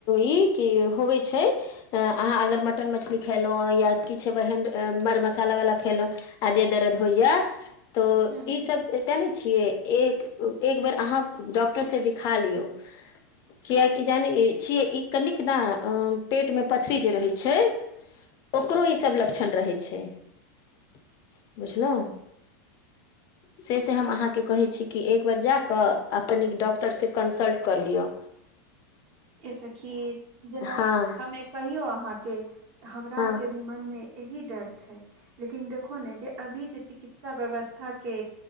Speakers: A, on the left; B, on the right.
A: ई कि होबै छै अहाँ अगर मटन मछली खयलहुँ या किछु ओहन मड़ मसालावला खेलौ आ जे दर्द होइया तो
B: हूँ हूँ
A: ईसभ जानै छियै एक एक बेर अहाँ डॉक्टर से दिखा लियौ कियाकि जानै छियै ई कनिक न पेटमे पथरी जे रहैत छै ओकरो ईसभ लक्षण रहै छै-बुझलौं से से हम अहाँके कहै छी कि एक बेर जा कऽ आ कनिक डॉक्टरसँ कन्सल्ट कर लियअ
B: ए सखी जेना
A: हँ
B: हमे कहियौ अहाँके हमरा
A: हँ
B: आर के भी मन मे अही डर छै लेकिन देखो न जे अभी जे चिकित्सा व्यवस्था के